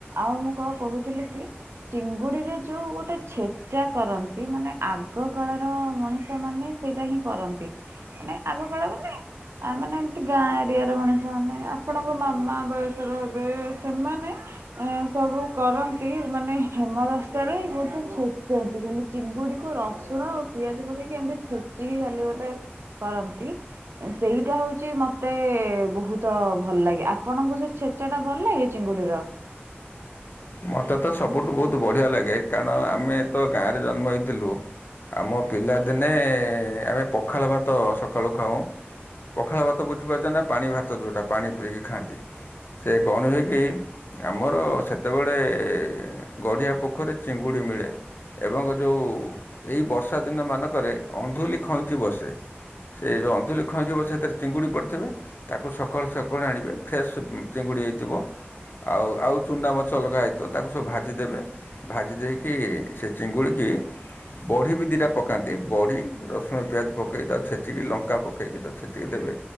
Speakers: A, on the right; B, on the left.
A: ଆଉ ମୁଁ କଣ କହୁଥିଲି କି ଚିଙ୍ଗୁଡ଼ିରେ ଯୋଉ ଗୋଟେ ଛେଚା କରନ୍ତି ମାନେ ଆଗ କାଳର ମଣିଷ ମାନେ ସେଇଟା ହିଁ କରନ୍ତି। ମାନେ ଆଗକାଳ ମାନେ ଆ ମାନେ ଏମିତି ଗାଁ ଏରିଆର ମଣିଷ ମାନେ ଆପଣଙ୍କ ମାମା ବୟସର ହେବେ ସେମାନେ ଏ ସବୁ କରନ୍ତି ମାନେ ହେମଦସ୍ତାରେ ହୋଉଛି ଛେଚନ୍ତି ଖାଲି ଚିଙ୍ଗୁଡି କୁ ରସୁଣ ଆଉ ପିଆଜ ପକେଇକି ଏମିତି ଛେଚିକି ଖାଲି ଗୋଟେ କରନ୍ତି। ସେଇଟା ହୋଉଛି ମ ମତେ ବହୁତ ଭଲ ଲାଗେ। ଆପଣଙ୍କୁ ସେ ଛେଚାଟା ଭଲ ଲାଗେ ଚିଙ୍ଗୁଡିର?
B: ମୋତେ ତ ସବୁଠୁ ବହୁତ ବଢ଼ିଆ ଲାଗେ କାରଣ ଆମେ ତ ଗାଁରେ ଜନ୍ମ ହେଇଥିଲୁ ଆମ ପିଲାଦିନେ ଆମେ ପଖାଳ ଭାତ ସକାଳୁ ଖାଉ। ପଖାଳ ଭାତ ବୁଝିପାରୁଛ ନା ପାଣି ଭାତ ଯେଉଁଟା ପାଣି ପୁରେଇକି ଖାଆନ୍ତି? ସେ କଣ ହୁଏ କି ଆମର ସେତେବେଳେ ଗଢ଼ିଆ ପୋଖରୀ ଚିଙ୍ଗୁଡ଼ି ମିଳେ ଏବଂ ଯେଉଁ ଏହି ବର୍ଷା ଦିନ ମାନଙ୍କରେ ଅନ୍ଧୁଲି ଖଇଁଚି ବସେ ସେ ଯୋଉଁ ଅନ୍ଧୁଲି ଖଇଁଚି ବସେ ହେତେରେ ଚିଙ୍ଗୁଡ଼ି ପଡ଼ିଥିବେ ତାକୁ ସକାଳୁ ସକାଳୁ ଆଣିବେ ଫ୍ରେଶ୍ ଚିଙ୍ଗୁଡ଼ି ହେଇଥିବ ଆଉ ଆଉ ଚୁନା ମା ଛ ଅଲଗା ହେଇଥିବ। ତାକୁ ସବୁ ଭାଜିଦେବେ ଭାଜି ଦେଇକି ସେ ଚିଙ୍ଗୁଡ଼ିକି ବଢ଼ି ବି ଦିଇଟା ପକାନ୍ତି ବଢ଼ି ରସୁଣ ପିଆଜ ପକାଇ ତାକୁ ଛେଚିକି ଲଙ୍କା ପକେଇକି ତାକୁ ଛେଚିକି ଦେବେ